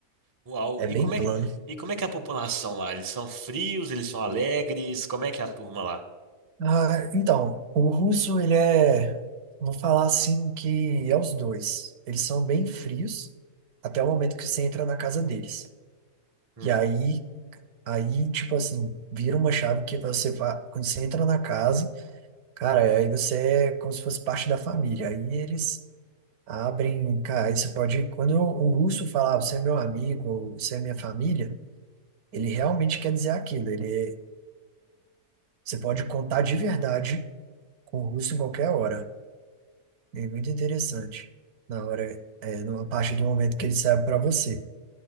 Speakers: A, on the right (about 35°); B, on the right (about 80°).
A: uau!
B: é
A: E
B: bem
A: como é
B: plano.
A: que, e como é que é a população lá? Eles são frios? Eles são alegres? Como é que é a turma lá?
B: Ah, então, o russo, ele é, vou falar assim, que é os dois. Eles são bem frios até o momento que você entra na casa deles.
A: Uhum.
B: E aí, aí, tipo assim, vira uma chave que você, fa- quando você entra na casa, cara, aí você é como se fosse parte da família. Aí eles abrem, cara, aí você pode, quando o russo falar, "Ah, você é meu amigo, ou você é minha família, ele realmente quer dizer aquilo. Ele, é- você pode contar de verdade com o russo em qualquer hora. É muito interessante. Na hora, é, na parte do momento que eles servem para você.